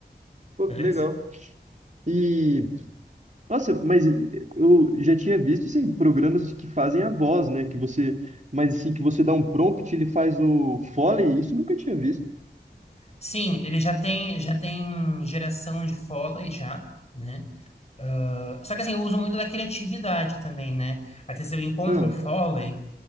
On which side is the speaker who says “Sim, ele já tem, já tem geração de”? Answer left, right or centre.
Left